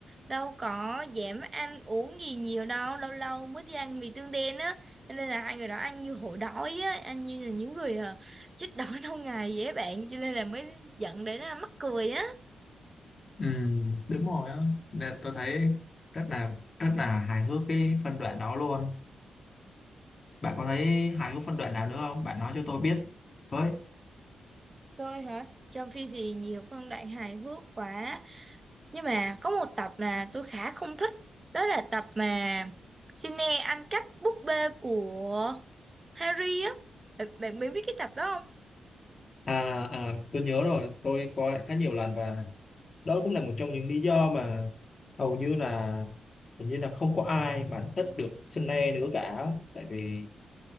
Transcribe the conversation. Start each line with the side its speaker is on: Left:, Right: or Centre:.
Right: đâu có dám ăn uống gì nhiều đâu lâu lâu mới đi ăn mì tương đen á cho nên là hai người đó ăn như hổ đói á ăn như là những người ờ, chết đói <laughs> lâu ngày dễ bạn cho nên là mới dẫn đến là mắc cười á
Left: Ừ, đúng rồi á nên tôi thấy rất là rất là hài hước cái phân đoạn đó luôn bạn có thấy hài hước phân đoạn nào nữa không bạn nói cho tôi biết với
Right: tôi hả trong phim thì nhiều phân đoạn hài hước quá Nhưng mà có một tập mà tôi khá không thích Đó là tập mà Sydney ăn cắp búp bê của Harry á Bạn bạn biết cái tập đó không?
Left: À, à tôi nhớ rồi tôi coi lại khá nhiều lần và đó cũng là một trong những lý do mà hầu như là hình như là không có ai mà thích được Sunny nữa cả tại vì